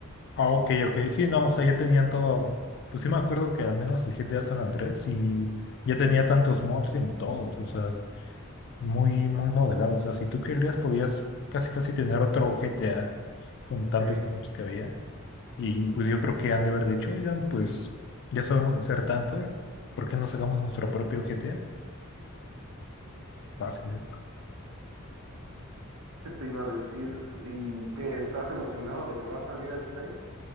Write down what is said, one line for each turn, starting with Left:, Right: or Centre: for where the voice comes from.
Left: Ah, ok, ok. Sí, no, o sea, ya tenían todo. Pues sí me acuerdo que al menos el GTA San Andrés y ya tenía tantos mods en todos, o sea, muy, muy modelado. O sea, si tú querías, podías casi, casi tener otro GTA con tantos
Right: que
Left: mods que había. Y pues yo creo que han de haber dicho, oigan, pues ya sabemos hacer tanto, ¿eh? ¿Por qué no sacamos nuestro propio GTA? Fácil.
Right: ¿Qué te iba a decir? ¿Y que estás emocionado de que va a salir el seis